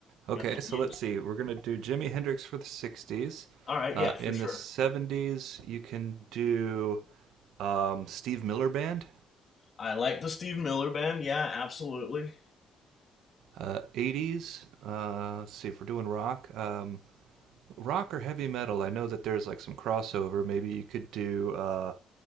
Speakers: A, on the right; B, on the left.
A: Okay,
B: You got any
A: so let's
B: ideas?
A: see. We're going to do Jimi Hendrix for the 60s.
B: All right,
A: Uh,
B: yeah, for
A: in
B: sure.
A: the 70s, you can do um, Steve Miller Band.
B: I like the Steve Miller band. Yeah, absolutely.
A: Uh, 80s, uh, let's see if we're doing rock. Um, rock or heavy metal, I know that there's like some crossover. Maybe you could do uh,